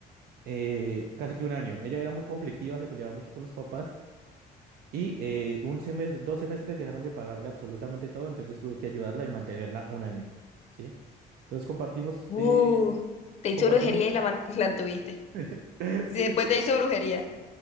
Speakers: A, on the right (about 65°); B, on the left (about 40°).
A: Eh, casi que un año. Ella era muy conflictiva, se peleaba mucho con los papás y eh, un semestre, dos semestres dejaron de pagarle absolutamente todo, entonces tuve que ayudarla y mantenerla un año, ¿sí? Entonces compartimos,
B: Uh,
A: eh,
B: te hizo
A: compartimos,
B: brujería y la, man- <laughs> la tuviste.
A: <laughs> sí,
B: Después te hizo brujería.